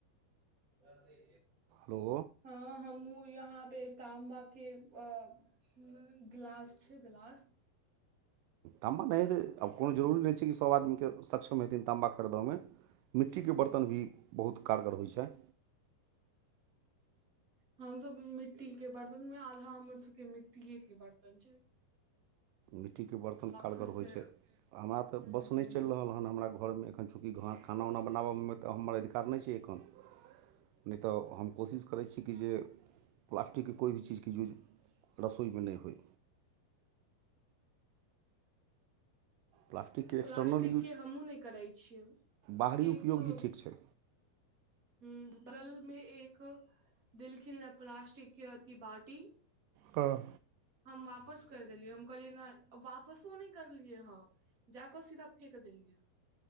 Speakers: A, on the right; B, on the right.
A: बात लै
B: हेल
A: हँ हमूँ यहाँ पे ताम्बा के ह गिलास छै गिला
B: ताँ्बा नहि हेतै आब कोनो जरूरी नहि छै कि सभ आदमीकेँ सक्षम हेथिन ताँ्बा खरीदयम मिट्टीके
A: हूँ
B: बर्तन भी बहुत कारगर होइ छै
A: हम सब मिट्टी के बर्तन में आधा हमर सब के मिट्टीए के बर्तन छ
B: मिट्टीके बरतन कारगर
A: फिर से
B: होइत छै हमरा तऽ
A: ह
B: बस
A: ह
B: नहि चलि रहल हन हमरा घरमे एखन चूँकि खाना उना बनाबऽमे तऽ हमर अधिकार नहि छै एखन नहि तऽ हम कोशिश करै छी कि जे प्लास्टिकके कोइ भी चीजके यूज रसोइमे नहि होइ प्लास्टिकके
A: प्लास्टिक
B: एक्सटर्नल यूज
A: के हमहुँ नहि करइ छियै
B: बाहरी
A: एक
B: उपयोग ही ठीक छै
A: ह बल में एक देलखिन यऽ प्लास्टिक के अथी बाटी
B: तऽ
A: हम वापस करि देलियै हम कहलियै नहि वापसो नहि करलियै हँ जााक सीधा फेेक देलियै